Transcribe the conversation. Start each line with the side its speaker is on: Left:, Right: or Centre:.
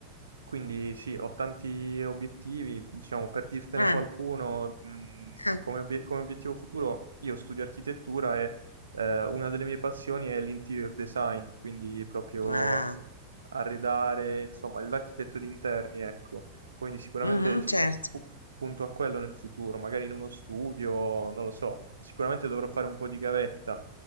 Right: quindi sì, ho tanti obiettivi, diciamo, per dirtene
Left: Ah,
Right: qualcuno, mh,
Left: ah.
Right: come, obie- come obiettivo futuro, io studio architettura e eh, una delle mie passioni è l'interior design, quindi proprio
Left: Ah.
Right: arredare, insomma, l'architetto di interni, ecco. Quindi sicuramente
Left: Mhm, certo.
Right: pu- punto a quello nel futuro, magari in uno studio, non lo so, sicuramente dovrò fare un po' di gavetta